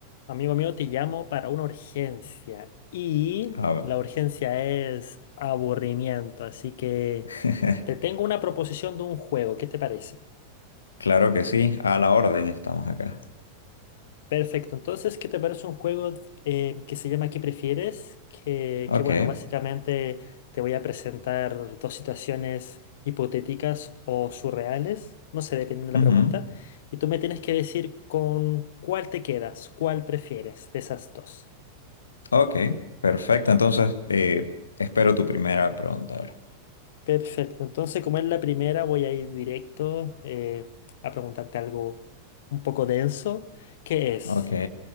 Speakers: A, on the left (about 55°); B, on the left (about 70°).
A: Amigo mío, te llamo para una urgencia y
B: A ver.
A: la urgencia es aburrimiento, así que
B: <laughs>
A: te tengo una proposición de un juego, ¿qué te parece?
B: Claro que sí, a la orden estamos acá.
A: Perfecto, entonces, ¿qué te parece un juego eh, que se llama ¿Qué prefieres? Que,
B: Ok,
A: que bueno, básicamente te voy a presentar dos situaciones hipotéticas o surreales, no sé, dependiendo de la
B: ujú,
A: pregunta, y tú me tienes que decir con cuál te quedas, cuál prefieres de esas dos.
B: Ok, perfecto. Entonces, eh, espero tu primera pregunta ahora.
A: Perfecto, entonces como es la primera voy a ir directo eh, a preguntarte algo un poco denso, que es,
B: Ok,